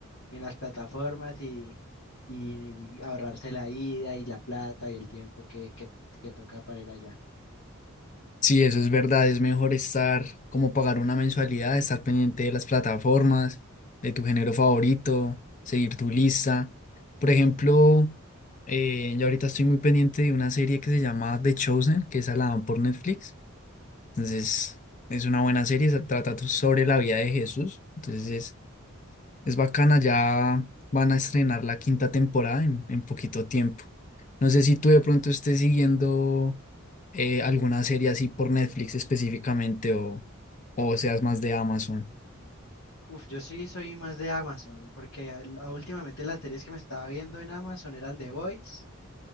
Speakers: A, on the left (about 70°); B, on the left (about 35°).
A: en las plataformas y, y, y ahorrarse la ida y la plata y el tiempo que, que, que toca para ir allá.
B: Sí, eso es verdad, es mejor estar como pagar una mensualidad, estar pendiente de las plataformas, de tu género favorito, seguir tu lista. Por ejemplo, eh, yo ahorita estoy muy pendiente de una serie que se llama The Chosen, que esa la dan por Netflix. Entonces, es una buena serie, se trata to- sobre la vida de Jesús. Entonces, es bacana, ya van a estrenar la quinta temporada en, en poquito tiempo. No sé si tú de pronto estés siguiendo eh, alguna serie así por Netflix específicamente o, o seas más de Amazon.
A: Uf, yo sí soy más de Amazon, porque al- a- últimamente las series que me estaba viendo en Amazon eran The Boys